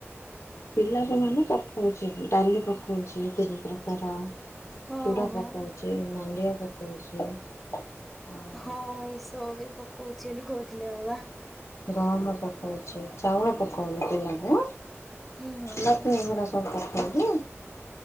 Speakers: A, on the left; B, in the centre.
A: ପିଲାକୁ ମାନେ ପକଉଚି। ଡାଲି ପକଉଛି ତିନି ପ୍ରକାର
B: ହଁ
A: ଚୁଡ଼ା ପକଉଚି,
B: ହଁ
A: ମାଣ୍ଡିଆ ପକଉଛି ଆଉ
B: ହଁ, ଏଇସବୁ ବି ପକଉଚି ବୋଲି କହୁଥିଲେ ବାବା।
A: ଗହମ ପକଉଛି। ଚାଉଳ ପକଉନି ପିଲାକୁ,
B: ହୁଁ ହୁଁ
A: ବାକି
B: ହୁଁ।
A: ଏଗୁଡ଼ା ସବୁ ପକଉ ସୋଉଟୁ